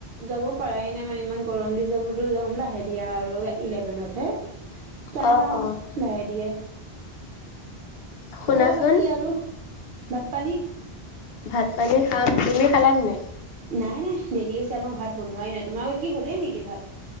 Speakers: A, on the right; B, on the left.
A: যাব পাৰাই নাই মানে ইমান গৰম দিছে বোলো যাম লাহে ধীৰে আৰু ইলেভেনত হে।
B: <inaudible>
A: যাম আৰু
B: অ
A: লাহে ধীৰে,
B: শুনাচোন
A: কোৱা বাকী আৰু। ভাত পানী?
B: ভাত পানী খাম তুমি খালান নাই?
A: নাই নাই দেৰি আছে আমাৰ ভাত বনোৱাই নাই, তোমাৰ কি হলেই নেকি ভাত?